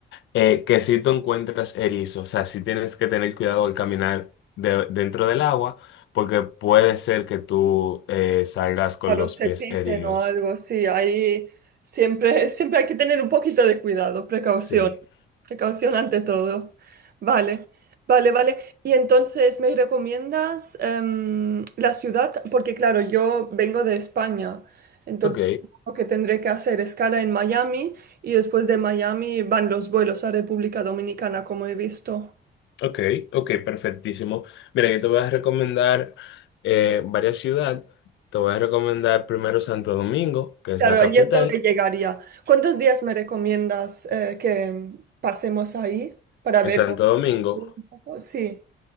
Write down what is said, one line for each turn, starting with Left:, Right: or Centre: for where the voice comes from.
Left: eh, que si tú encuentras erizos, o sea, si tienes que tener cuidado al caminar de- dentro del agua, porque puede ser que tú eh, salgas con
Right: Claro,
Left: los
Right: se
Left: pies
Right: pisen
Left: heridos.
Right: o algo, sí, ahí siempre, siempre hay que tener un poquito de cuidado, precaución,
Left: Sí,
Right: precaución
Left: sí.
Right: ante todo. Vale, vale, vale. Y entonces, ¿me recomiendas em, la ciudad? Porque claro, yo vengo de España, entonces
Left: Ok,
Right: lo que tendré que hacer escala en Miami y después de Miami van los vuelos a República Dominicana, como he visto.
Left: ok, ok, perfectísimo. Mira, yo te voy a recomendar eh, varias ciudades. Te voy a recomendar primero Santo Domingo, que es
Right: Claro,
Left: la capital.
Right: ahí es donde llegaría. ¿Cuántos días me recomiendas eh, que pasemos ahí para
Left: En
Right: verlo
Left: Santo Domingo.
Right: un poco? Sí.